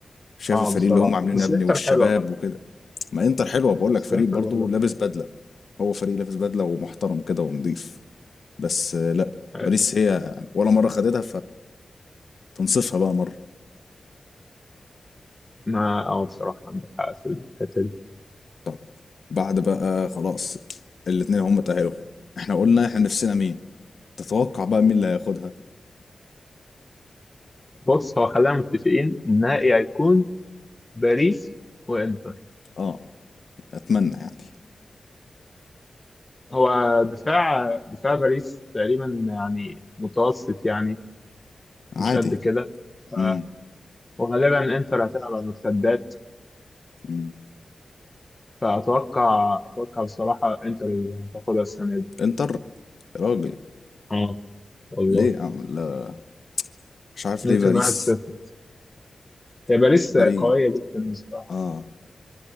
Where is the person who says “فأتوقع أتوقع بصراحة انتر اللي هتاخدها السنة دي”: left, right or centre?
Left